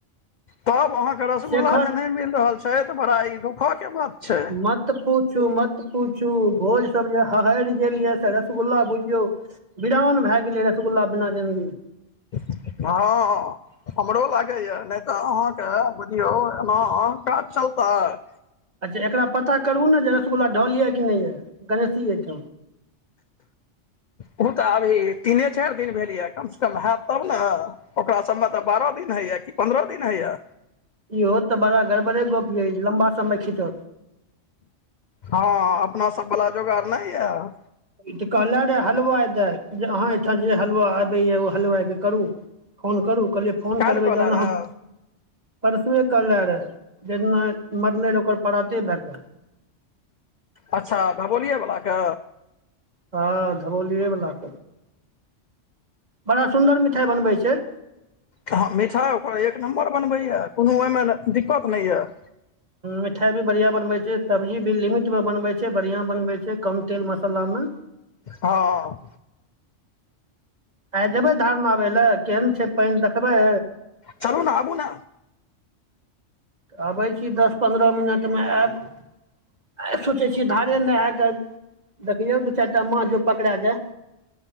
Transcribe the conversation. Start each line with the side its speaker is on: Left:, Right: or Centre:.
Left: तब अहाँके रसगुल्ला
Right: शेखर
Left: जे नहि मिल रहल छै तऽ बड़ा ई दुःखय के बात छै
Right: मत मत पूछू मत पूछू भोज सब जे हहरि गेल ये से रसगुल्ला बुझियौ बिरान भए गेलै रसगुल्ला बिना जन्दगी
Left: हँ हँ हमरो लागैए नहि तऽ अहाँके बुझियौ एना काज चलतै
Right: अच्छा एकरा पता करू ने जे रसगुल्ला ढल यऽ कि नहि यऽ गणेशी एहिठाम
Left: ओ तऽ अभी तीने चारि दिन भेल यए कमसँ कम हत तब ने ओकरा सभमे तऽ बारह दिन होइए कि पन्द्रह दिन होइए
Right: ईहोत ते बड़ा गड़बड़े गप य लम्बा समय खिचत
Left: हँ अपना सब वला जोगार नहि यऽ
Right: ई तऽ कहले रे हलवाइ दे जे अह आँहा ओयठाम जे हलुआ आबैए ओ हलुआाइके करू फोन करू कहलियै फोन
Left: काल्हि
Right: करबै
Left: कऽ
Right: जहन
Left: ले रहे
Right: अहाँ परसुए कहले रहए जे जइ दिन मरने रहै ओकर पराते भए कऽ
Left: अच्छा धबोलियए बला के
Right: हँ धबोलिये बला के बड़ा सुन्दर मिठाइ बनबै छै
Left: हँ मिठाइ ओकर एक नम्बर बनबैए कोनो ओहिमे दिक्कत नहि यऽ
Right: मिठाइभी बढ़िआँ बनैत छै सब्जी भी लिमिटमे बनबैत छै बढ़िआँ बनबै छै कम तेल मसालामे
Left: हँ
Right: आइ जेबै धारमे आबय लए केहन छै पानि देखबै
Left: चलू ने आबू ने
Right: तऽ अबै छी दस पन्द्रह मिनटमे आयब आइ सोचे छियै धारे नहाके देखियौ दू चारि टा माछ जौ पकड़ा जाय